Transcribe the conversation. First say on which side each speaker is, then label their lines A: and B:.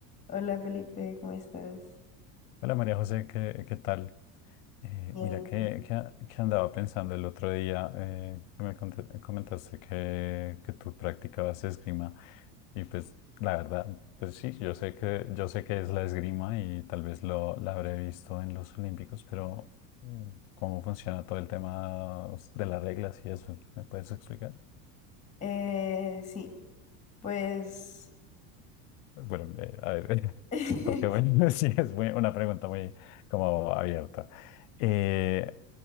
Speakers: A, on the left (about 15°); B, on the left (about 70°).
A: Hola Felipe, ¿cómo estás?
B: Hola María José, ¿qué, qué tal? Eh,
A: Bien.
B: mira, que, que, a- que andaba pensando el otro día, eh, que me conte- comentaste que, que tú practicabas esgrima y pues la verdad, pues sí, yo sé que, yo sé que es la esgrima y tal vez lo, la habré visto en los Olímpicos, pero mm, ¿cómo funciona todo el tema de las reglas y eso? ¿Me puedes explicar?
A: Eh, sí, pues...
B: Bueno, eh, a ver, <laughs>
A: <laughs>
B: porque bueno, <laughs> sí, es muy- una pregunta muy como abierta. Eh,